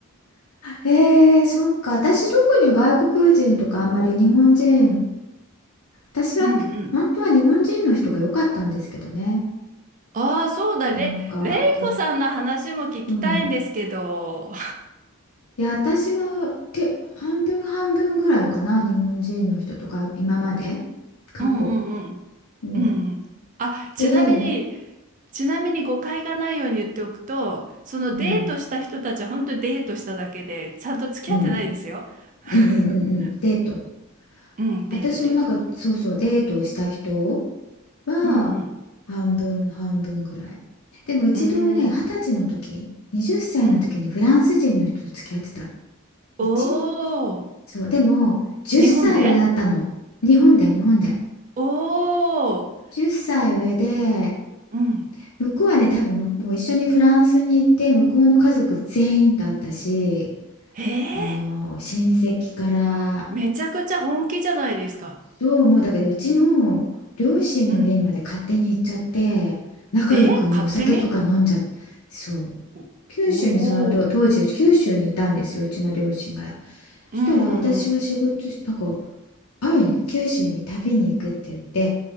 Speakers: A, on the left; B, on the right.
A: へえ、そうか。私、特に外国人とかあんまり日本人、私は本当は日本人の人が良かったんですけどね。
B: うんうん。ああ、そうだ、
A: なんか、
B: ねれいこさんの話も聞きたいんですけど。
A: 逆うん。いや、私はけ、半分半分ぐらいかな、日本人の人とか、今まで、過去。
B: うんうん
A: うん
B: うん。うん。あ、ちなみに、
A: で、
B: ちなみに誤解がないように言っておくと、そのデートした人たちは本当にデートしただけで、
A: うん、
B: ちゃんと付き合ってないですよ。
A: うん、
B: <laughs>
A: うんうんうんうんデート
B: うん、デート、
A: 私もなんかそうそうデートをした人
B: デート。
A: は
B: うん
A: 半分半分ぐらいでも一度ね二十歳の時20歳の時にフランス人の人と付き合ってた
B: うん。うーん。うん。お
A: 一
B: ー。
A: そうでも10歳上だったの日本で日本で
B: 日本でおー。
A: 10歳上で
B: うん。
A: 向こうはね多分もう一緒にフランスに行って向こうの家族全員と会ったし
B: ええ
A: あの親戚から
B: めちゃくちゃ本気じゃないですか。
A: そう思うだけどうちの両親の家まで勝手に行っちゃって仲良くねお酒とか飲んじゃってそう
B: うん。え勝手にお、
A: 九州にそのと当時九州にいたんですようちの両親が
B: おー。
A: そしたら私は仕事しなんか
B: うんうんうん。
A: 会いに九州に旅に行くって言って